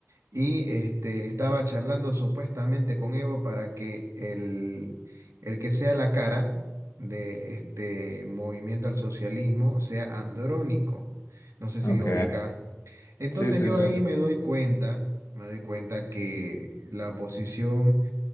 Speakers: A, on the right; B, on the left.
A: y este, estaba charlando supuestamente con Evo para que el, el que sea la cara de este movimiento al socialismo sea Andrónico. No sé si
B: Ok.
A: lo ubica. Entonces
B: Sí, sí,
A: yo
B: sí.
A: ahí me doy cuenta, me doy cuenta que la oposición